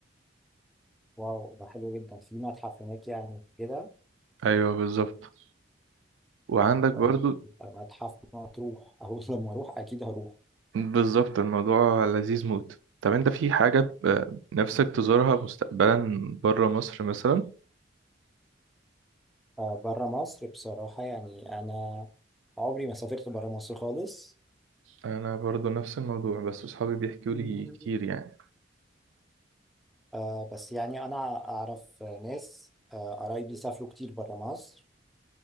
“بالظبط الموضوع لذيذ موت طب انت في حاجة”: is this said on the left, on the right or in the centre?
Right